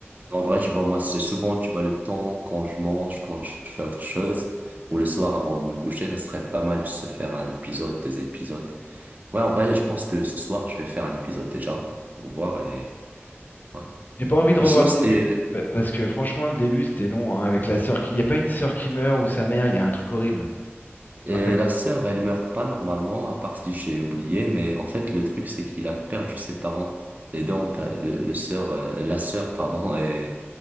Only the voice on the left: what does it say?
Donc,
euh,
j'ai pas envie de
revoir
le
début pa- parce que franchement, le début c'était long. hein, avec la sœur qui, il y a pas une sœur qui meurt ou sa mère, il y a un truc horrible.
Je me rappelle.